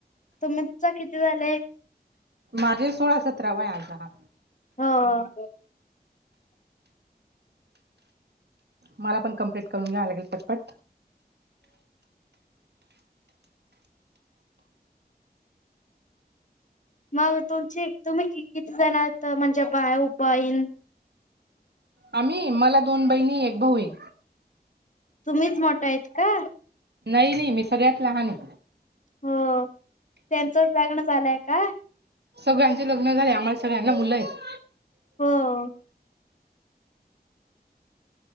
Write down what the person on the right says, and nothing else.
माझे सोळा- सतरावा हे आज हा.
मला पण कंप्लेंट करून घ्यावं लागेल पटपट.
आम्ही मला दोन बहिणी एक भाऊ आहे.
नाही नाही मी सगळ्यात लहान आहे.
सगळ्यांचे लग्न झाले, आम्हाला सगळ्यांना मुलं आहेत..